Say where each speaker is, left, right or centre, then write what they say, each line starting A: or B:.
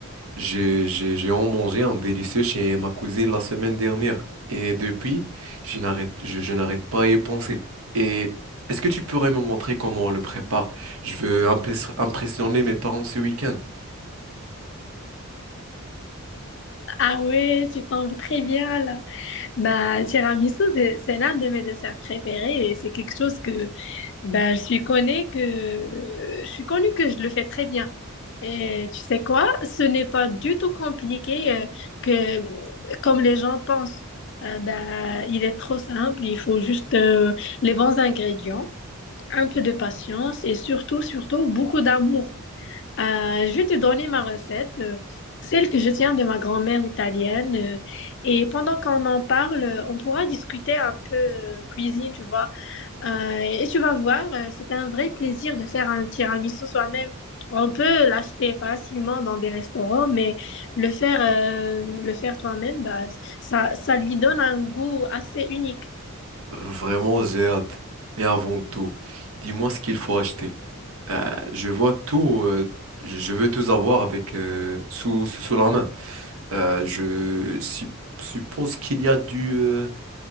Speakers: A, on the right; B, on the left.
A: J'ai, j'ai, j'ai en mangé un délicieux chez ma cousine la semaine dernière. Et depuis, je n'arrête, je, je n'arrête pas à y penser. Et est-ce que tu pourrais me montrer comment on le prépare? Je veux impes- impressionner mes parents ce week-end.
B: Ah ouais, tu tombes très bien là. Bah, tiramisu, c'est c'est l'un de mes desserts préférés et c'est quelque chose que bah, je suis connue que euh, je suis connue que je le fais très bien. Et tu sais quoi? Ce n'est pas du tout compliqué euh, que comme les gens pensent. Euh, bah, il est trop simple, il faut juste euh, les bons ingrédients, un peu de patience et surtout, surtout beaucoup d'amour. Euh, je vais te donner ma recette, euh, celle que je tiens de ma grand-mère italienne. euh, et pendant qu'on en parle, euh, on pourra discuter un peu euh, cuisine, tu vois. Euh, et tu vas voir, euh, c'est un vrai plaisir de faire un tiramisu soi-même. On peut l'acheter facilement dans des restaurants, mais le faire, euh, le faire toi-même, bah, ça, ça lui donne un goût assez unique.
A: Vraiment, j'ai hâte. Mais avant tout, dis-moi ce qu'il faut acheter. Euh, je vois tout, euh, je je veux tout avoir avec, euh, sous, sous, sous la main. Euh, je sup- suppose qu'il y a du, euh,